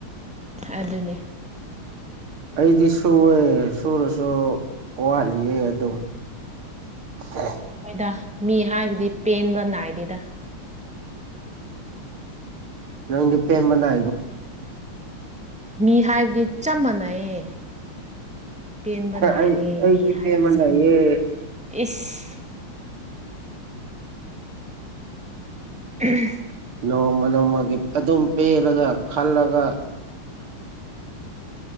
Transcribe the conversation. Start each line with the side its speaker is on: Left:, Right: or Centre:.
Centre: ꯑꯗꯨꯅꯤ
Right: ꯑꯩꯗꯤ ꯁꯨꯑꯦ ꯁꯨꯔꯁꯨ ꯋꯥꯠꯂꯤꯌꯦ ꯑꯗꯣ ꯍ <unintelligible>
Centre: ꯍꯣꯏꯗ ꯃꯤ ꯍꯥꯏꯕꯗꯤ ꯄꯦꯟꯕ ꯅꯥꯏꯗꯦꯗ
Right: ꯅꯪꯗꯤ ꯄꯦꯟꯕꯥ ꯅꯥꯏ
Centre: ꯃꯤ ꯍꯥꯏꯕꯗꯤ ꯆꯞ ꯃꯥꯟꯅꯩꯌꯦ ꯄꯦꯟꯕ
Right: ꯑꯩ
Centre: ꯅꯥꯏꯗꯦꯅꯦ
Right: ꯑꯩꯗꯤ
Centre: ꯍꯥꯏꯔꯤꯁꯦ
Right: ꯄꯦꯟꯕ ꯅꯥꯏꯌꯦ
Centre: ꯏꯁ ꯎꯝ
Right: ꯅꯣꯡꯃ ꯅꯣꯡꯃꯒꯤ ꯑꯗꯨꯝ ꯄꯦꯜꯂꯒ ꯈꯜꯂꯒ